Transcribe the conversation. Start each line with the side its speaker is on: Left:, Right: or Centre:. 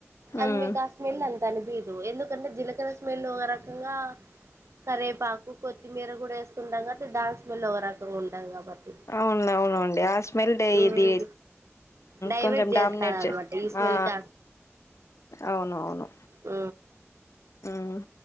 Left: ఉమ్
Right: అది మీకాస్మెల్ అంత అనిపదు ఎందుకంటే జీలకర స్మెల్ ఒక రకంగా కరేపాకు కొత్తిమీర కూడా వేసుకుంటాం కాబట్టి దాని స్మెల్ ఒక రకంగా ఉంటాది కాబట్టి
Left: అవును అవునండి ఆ స్మెల్టే
Right: మ్మ్
Left: ఇది
Right: డైవర్ట్
Left: కొంచెం
Right: చేస్తారనమాట
Left: డామినేట్ చే
Right: ఈ స్మెల్కి
Left: ఆ అవునువును
Right: మ్
Left: మ్